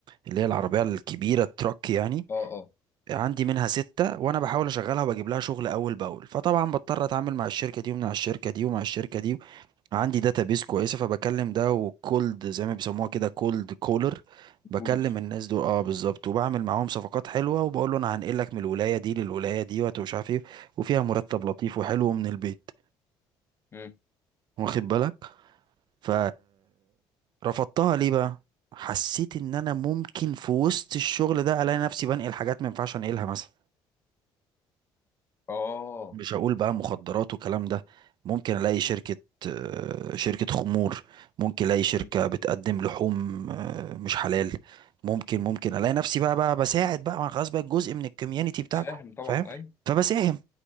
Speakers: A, on the right; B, on the left.
A: اللي هي العربية الكبيرة التراك يعني
B: اه اه
A: عندي منها ستة وأنا بحاول أشغلها وبجيب لها شغل أول بأول فطبعا بضطر أتعامل مع الشركة دي ومع الشركة دي ومع الشركة دي عندي داتابيس كويسه فبكلم ده وكولد زي ما بيسموها كده كولد كولر بكلم
B: تولز
A: الناس دول اه بالظبط وبعمل معاهم صفقات حلوه وبقول له انا هنقلك من الولايه دي للولايه دي وهت- ومش عارف ايه وفيها مرتب لطيف وحلو من البيت
B: مم.
A: واخد بالك ف رفضتها ليه بقى حسيت ان انا ممكن في وسط الشغل ده الاقي نفسي بنقل حاجات ما ينفعش انقلها مثلا
B: اه
A: مش هقول بقى مخدرات وكلام ده ممكن الاقي شركة آه، شركة خمور ممكن الاقي شركة
B: مم.
A: بتقدم لحوم آه، مش حلال ممكن ممكن الاقي نفسي بقى بقى بساعد بقى ما أنا خلاص بقى جزء من الكوميونتي
B: بتساهم
A: بتاعكم
B: طبعا
A: فاهم
B: اي
A: فبساهم